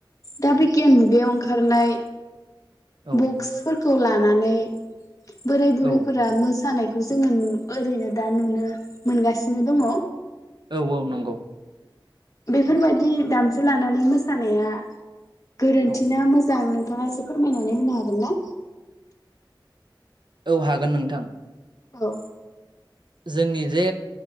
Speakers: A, on the left (about 40°); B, on the right (about 65°).
A: दा बिगियान मुगायाव ओंखारनाय,
B: औ
A: बक्सफोरखौ ला नानै बोराय बुरैफोरा
B: औ
A: मोसानाय जोङो नु ओरैनो दा नुनो मोनगासिनो दङ,
B: औ औ नंगौ
A: बेफोरबायदि दामजु लानानै मोसानाया, गोरोन्थिना
B: औ
A: मोजां नों नोंथाङा एसे फोरमायनानै होनो हागोन ना?
B: औ हागोन नोंथां,
A: औ
B: जोंनि जे